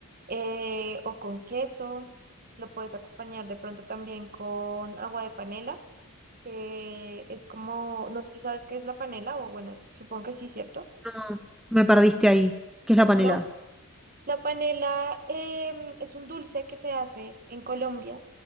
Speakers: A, on the right; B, in the centre.
A: eh, o con queso. Lo puedes acompañar de pronto también con agua de panela, que es como, no sé si sabes qué es la panela, o bueno, supongo que sí, ¿cierto?
B: No, me perdiste ahí. ¿Qué es la panela?
A: no La panela em, es un dulce que se hace en Colombia,